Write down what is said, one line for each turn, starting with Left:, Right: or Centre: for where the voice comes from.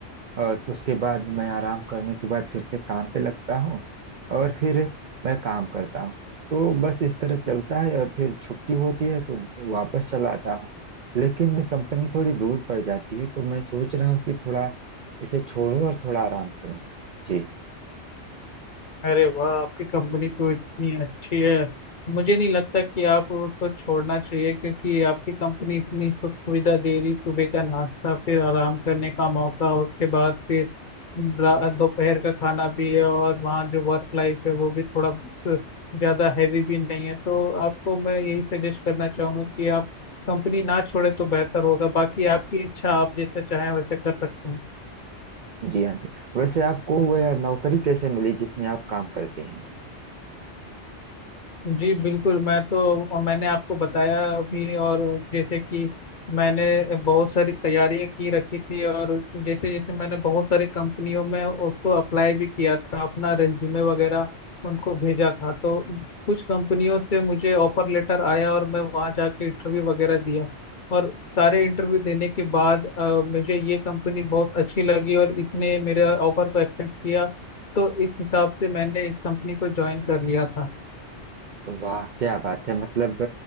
Right: और उसके बाद मैं आराम करने के बाद फिर से काम पे लगता हूँ और फिर मैं काम करता हूँ तो बस इस तरह चलता है और फिर छुट्टी होती है तो वापस चला आता हूँ लेकिन कंपनी थोड़ी दूर पड़ जाती है तो मैं सोच रहा हूँ कि थोड़ा इसे छोड़ूं और थोड़ा आराम करूँ जी
Left: अरे वाह आपकी कंपनी तो इतनी अच्छी है मुझे नहीं लगता कि आप उसको छोड़ना चाहिए क्योंकि आपकी कंपनी इतनी सुख सुविधा दे रही सुबह का नाश्ता फिर आराम करने का मौका उसके बाद फिर रा- दोपहर का खाना भी है और वहाँ जो वर्क लाइफ है वो भी थोड़ा बहुत ज्यादा हैवी भी नहीं है तो आपको मैं यही सजेस्ट करना चाहूंगा कि आप कंपनी ना छोड़े तो बेहतर होगा बाकी आपकी इच्छा आप जैसा चाहें वैसे कर सकते हैं
Right: जी हाँ जी वैसे आपको वह नौकरी कैसे मिली जिसमें आप काम करते हैं
Left: जी बिल्कुल मैं तो और मैंने आपको बताया अभी और जैसे कि मैंने बहुत सारी तैयारियां की रखी थी और जैसे जैसे मैंने बहुत सारी कंपनियों में उसको अप्लाई भी किया था अपना रेज्यूमे वगैरह उनको भेजा था तो कुछ कंपनियों से मुझे ऑफर लेटर आया और मैं वहाँ जाके इंटरव्यू वगैरह दिया और सारे इंटरव्यू देने के बाद अ, मुझे ये कंपनी बहुत अच्छी लगी और इसने मेरे ऑफर को एक्सेप्ट किया तो इस हिसाब से मैंने इस कंपनी को ज्वाइन कर लिया था
Right: वाह क्या बात है मतलब